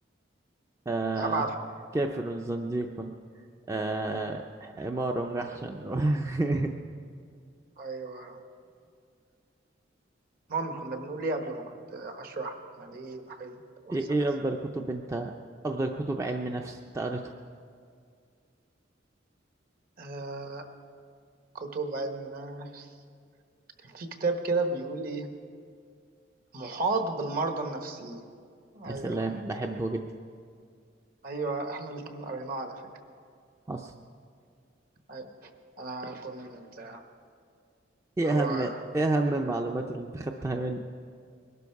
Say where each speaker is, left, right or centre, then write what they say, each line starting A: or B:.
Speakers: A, on the right; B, on the right.
A: آه،
B: لأبعد حد.
A: كافر زنديق آه عمارة ونجحشن و... <laughs>
B: أيوة المهم كنا بنقول إيه قبل ما كنت أشرح يعني إيه بحيث أنثى
A: ايه ايه
B: الأسد
A: افضل كتب انت افضل كتب علم نفس انت قريته
B: آه كتب علم النفس كان في كتاب كده بيقول إيه محاط بالمرضى النفسيين ايوه
A: يا سلام بحبه جدا
B: ايوه احنا الاتنين قريناه على فكره
A: حصل
B: ايوه انا كنت
A: ايه
B: هو
A: اهم ايه اهم المعلومات اللي انت خدتها مني